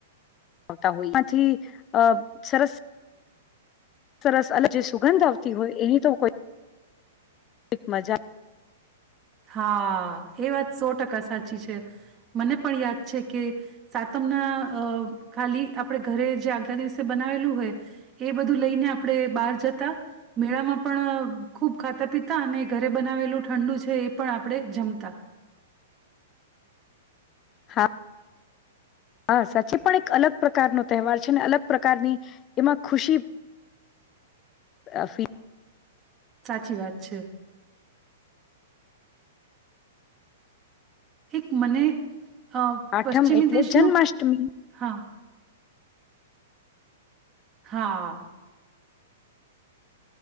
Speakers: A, on the left; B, on the right.
A: આવતા હોય એમાંથી અ સરસ. સરસ અને જે સુગંધ આવતી હોય એની તો કોઈક મજા
B: હા એ વાત સો ટકા સાચી છે મને પણ યાદ છે કે સાતમના ખાલી આપણે ઘરે જે આગલા દિવસે બનાવેલું હોય એ બધું લઈને આપણે બહાર જતા મેળામાં પણ ખૂબ ખાતા પીતા અને ઘરે બનાવેલું ઠંડુ છે એ પણ આપણે જમતા.
A: હા હા સાચી પણ એક અલગ પ્રકારનો તહેવાર છે અને અલગ પ્રકારની એમાં ખુશી અફી
B: સાચી વાત છે. એક મને હ પશ્ચિમી
A: આઠમ એટલે
B: દેશ નું
A: જન્માષ્ટમી
B: હા. હા.